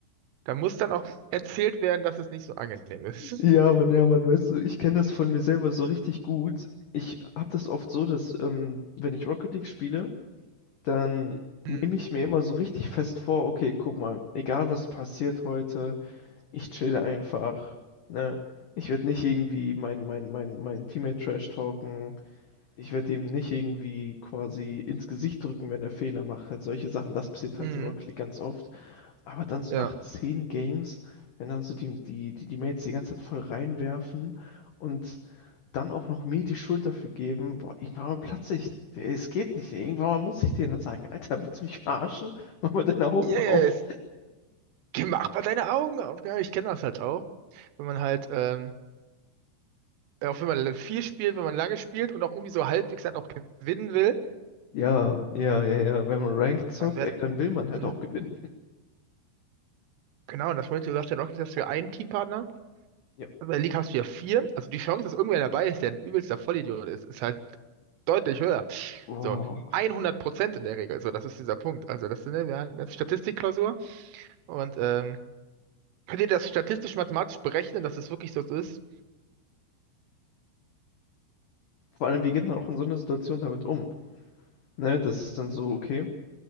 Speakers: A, on the right (about 80°); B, on the left (about 85°).
A: da muss dann auch erzählt werden, dass es nicht so angenehm ist.
B: Ja,
A: <laughs>
B: Mann, ja, Mann, weißt du, ich kenne das von mir selber so richtig gut. Ich habe das oft so, dass ähm, wenn ich Rocket League spiele, dann nehme
A: Mhm.
B: ich mir immer so richtig fest vor, okay, guck mal, egal was passiert heute, ich chill einfach, ne? Ich werde nicht irgendwie mein, mein, mein, mein Teammate trash talken ich werde ihm nicht irgendwie quasi ins Gesicht drücken, wenn er Fehler macht. Halt solche Sachen, das passiert
A: Mhm.
B: halt in Rocket League ganz oft. Aber dann so
A: Ja.
B: nach zehn Games, wenn dann so die, die, die, die Mates die ganze Zeit voll reinwerfen und dann auch noch mir die Schuld dafür geben, boah, irgendwann mal platze ich. Es geht nicht. Irgendwann mal muss ich denen dann sagen, Alter, willst du mich verarschen? <laughs> Mach mal deine Augen
A: Yes.
B: auf.
A: Geh, Mach mal deine Augen auf. Ja, ich kenne das halt auch. Wenn man halt, ähm, ja, auch wenn man viel spielt, wenn man lange spielt und auch irgendwie so halbwegs dann auch gewinnen will,
B: Ja, ja, ja, ja. Wenn man Ranked zockt,
A: dann wird,
B: ey, dann will man halt
A: mhm.
B: auch gewinnen.
A: Genau, und das wollte Last in Rocket, dass wir einen Teampartner.
B: Ja.
A: Aber in der League hast du ja vier. Also die Chance, dass irgendwer dabei ist, der ein übelster Vollidiot ist, ist halt deutlich höher.
B: Boah.
A: So, 100 Prozent in der Regel. So, das ist dieser Punkt. Also das, ist, ne, wir hatten eine Statistikklausur. Und ähm, könnt ihr das statistisch-mathematisch berechnen, dass es wirklich so ist?
B: Vor allem, wie geht man auch in so einer Situation damit um? Ne, das ist dann so, okay